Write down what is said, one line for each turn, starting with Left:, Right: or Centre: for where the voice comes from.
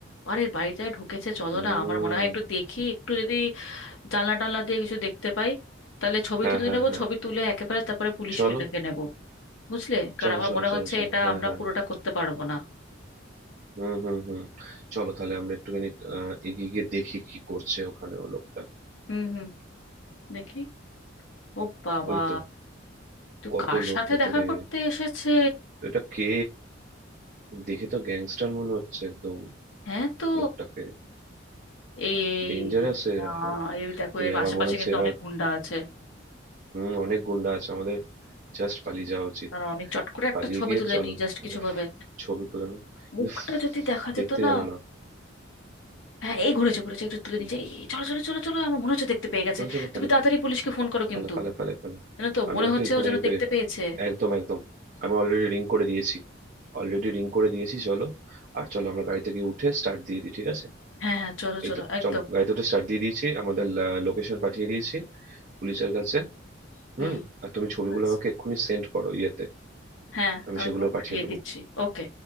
Left: আরে বাড়িটায় ঢুকেছে চলো
Right: হুম
Left: না আমার মনে হয় একটু দেখি একটু যদি জানলা টানলা দিয়ে কিছু দেখতে পাই তাহলে ছবি
Right: হ্যাঁ
Left: তুলে
Right: হ্যাঁ
Left: নেবো
Right: হ্যাঁ
Left: ছবি তুলে একেবারে তারপরে পুলিশকে
Right: চলো
Left: ডেকে নেবো বুঝলে কারণ
Right: চলো
Left: আমার
Right: চলো
Left: মনে
Right: চলো
Left: হচ্ছে
Right: চলো
Left: এটা
Right: হ্যাঁ
Left: আমরা
Right: হ্যাঁ
Left: পুরোটা করতে পারবো না
Right: হুম হুম হুম চলো তাহলে আমরা একটুখানি আহ, এগিয়ে গিয়ে দেখি কি করছে ওখানে ও লোকটা
Left: হুম হুম দেখি ও বাবা
Right: ওই তো
Left: তো
Right: কত
Left: কার
Right: লোক
Left: সাথে
Right: ভেতরে
Left: দেখা করতে এসেছে
Right: তো এটা কে দেখে তো গ্যাংস্টার মনে হচ্ছে একদম
Left: হ্যাঁ তো
Right: লোকটাকে
Left: এই
Right: ডেঞ্জারাস এর
Left: আহ,
Right: আসা
Left: এই দেখো
Right: এই
Left: এর
Right: আবার
Left: আশেপাশে
Right: মনে হচ্ছে
Left: কিন্তু
Right: এবার
Left: অনেক গুন্ডা আছে
Right: হম অনেক গুন্ডা আছে আমাদের জাস্ট পালিয়ে যাওয়া উচিত
Left: কারণ আমি চট করে একটা
Right: পালিয়ে
Left: ছবি
Right: গিয়ে
Left: তুলে
Right: চলো
Left: নিই জাস্ট কিছু
Right: একটা
Left: ভাবে
Right: ফ- ছবি তুলানো কিন্তু
Left: মুখটা
Right: ফ-
Left: যদি দেখা যেত
Right: দেখতে
Left: না
Right: জানো না
Left: হ্যাঁ এই ঘুরেছে ঘুরেছে একটু তুলে
Right: হুম,
Left: নিচে চলো চলো চলো চলো আমার মনে হচ্ছে দেখতে পেয়ে গেছে
Right: চলো চলো
Left: তুমি
Right: পালে
Left: তাড়াতাড়ি
Right: পালে
Left: পুলিশকে ফোন করো কিন্তু
Right: পালে পালে পালে পালে
Left: জানো তো
Right: আমি
Left: মনে
Right: একটা
Left: হচ্ছে
Right: এখানে
Left: ও যেন
Right: এই তো
Left: দেখতে পেয়েছে
Right: একদম একদম আমি অলরেডি রিং করে দিয়েছি অলরেডি রিং করে দিয়েছি চলো আর চলো আমরা গাড়িতে গিয়ে উঠে স্টার্ট দিয়ে দিই ঠিক আছে
Left: হ্যাঁ হ্যাঁ চলো
Right: এই
Left: চলো
Right: তো
Left: একদম
Right: চলো গাড়িতে উঠে স্টার্ট দিয়ে দিয়েছি আমাদের লোকেশন পাঠিয়ে দিয়েছি পুলিশের কাছে হুম
Left: হুম
Right: আর তুমি ছবিগুলো
Left: ব্যাস
Right: আমাকে এক্ষুনি সেন্ড করো ইয়েতে
Left: হ্যাঁ
Right: আমি
Left: আমি
Right: সেগুলো
Left: তোমার
Right: পাঠিয়ে
Left: পাঠিয়ে
Right: দেবো
Left: দিচ্ছি ওকে